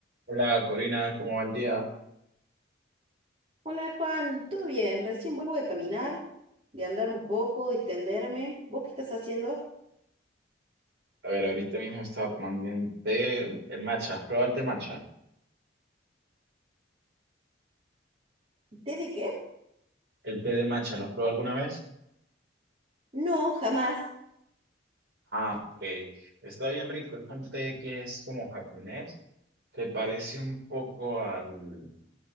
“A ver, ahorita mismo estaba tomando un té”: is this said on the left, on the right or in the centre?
Right